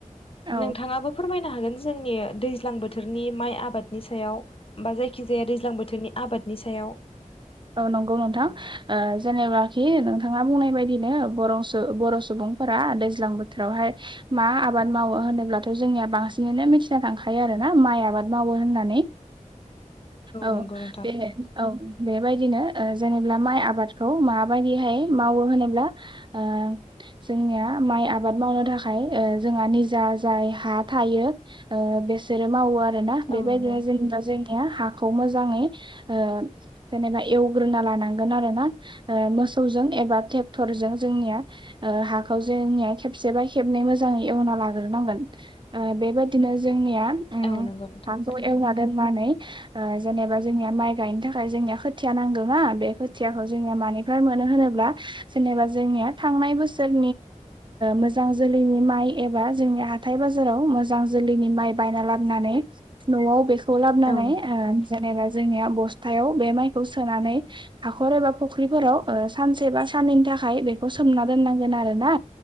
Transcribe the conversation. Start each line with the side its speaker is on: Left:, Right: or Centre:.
Right: औ
Left: नोंथाङाबो फोरमायनो हागोन जोंनि दैज्लां बोथोरनि माइ आबाद नि सायाव बा जायखि जाया दैज्लां बोथोरनि आबादनि सायाव ।
Right: औ नंगौ नोंथां ओ जेनेबाखि नोंथाङा बुंनाय बायदिनो बरं बर' सुबुं सुबुंफोरा दैज्लां बोथोरावहाय मा आबाद मावो होनोब्लाथ' जोंनिया बांसिनैनो मिथिना थांखायो आरो माइ आबाद मावो होननानै औ
Left: नंगौ नोंथां
Right: बे औ बेबादिनो ओ माइ आबादखौ मा बायदिहाय मावो होनोब्ला ओ जों निया माइ आबाद मावनो थाखाय ओ जोंहा निजा जाय हा थायो बे सोरो मावो आरोना बेबायदिनो
Left: औ नंगौ
Right: जेनबा जोंनिया हाखौ मोजाङै ओ जेनेबा एवग्रोना लानांगोन आरो ना ओ मोसौजों एबा ट्रेक्टरजों जोंनिया । हाखौ जोंनिया खेबसेबा खेबनै मोजाङै एवना लाग्रोनांगोन ओ बेबादिनो जोंनिया ओम
Left: औ नंगौ नोंथां
Right: हाखौ एवना दोननानै ओ जेनेबा जोंनिया माइ गायनो थाखाय जोंनि खोथिया नांगौ ना बे खोथियाखौ जोंनिया मानिफ्राय मोनो होनोब्ला जेनेबा जोंनिया थांनाय बोसोराव मोजां जोलैनि माइ एबा जोंनि हाथाय बाजाराव मोजां जोलैनि माइ बाय ना लाबोनानै न'आव बेखौ लाबोनानै
Left: औ नंगौ नोंथां
Right: ओ जेनेबा जोंनिया बस्थायाव बे माय खौ सोनानै हाख'र एबा फुख्रिफोराव ओ सानसे बा साननैनि थाखाय बेखौ सोमना दोननांगोन आ रो ना